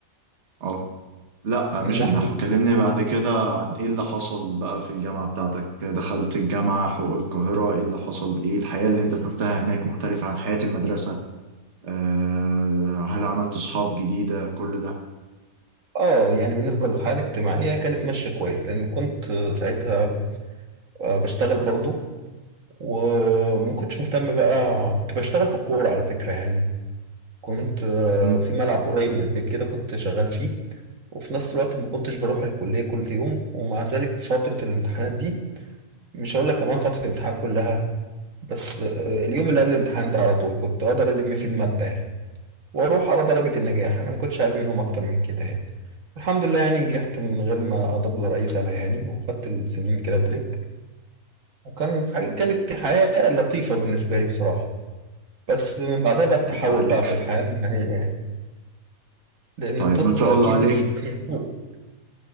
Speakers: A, on the right (about 55°); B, on the right (about 65°).
A: اه لا آه،
B: النحو
A: مش النحو كلمني بعد كده عن ايه اللي حصل بقى في الجامعة بتاعتك دخلت الجامعة حقوق القاهرة ايه اللي حصل ايه الحياة اللي انت شفتها هناك مختلفة عن حياة المدرسة آه، هل عملت صحاب جديدة كل ده
B: اه يعني بالنسبة للحالة الاجتماعية كانت ماشية كويس لأن كنت آه، ساعتها آه، بشتغل برضو وما كنتش مهتم بقى كنت بشتغل في الكورة على فكرة يعني كنت آه،
A: مم، ما
B: في ملعب قريب من البيت كده كنت شغال فيه وفي نفس الوقت ما كنتش بروح الكلية كل يوم ومع ذلك فترة الامتحانات دي مش هقول لك كمان فترة الامتحان كلها بس آه، اليوم اللي قبل الامتحان ده على طول كنت أقدر ألم فيه المادة يعني وأروح على درجة النجاح أنا ما كنتش عايز منهم أكتر من كده يعني الحمد لله يعني نجحت من غير ما أدبلر أي سنة يعني وخدت السنين كده تريك وكان حاجة كانت حياة لطيفة بالنسبة لي بصراحة بس من بعدها بقى
A: شاء
B: التحول
A: الله عليك
B: بقى في الحياة المهنية يعني لأن
A: طيب
B: الطب
A: ما شاء
B: أكيد
A: الله عليك
B: مش زي حقوق.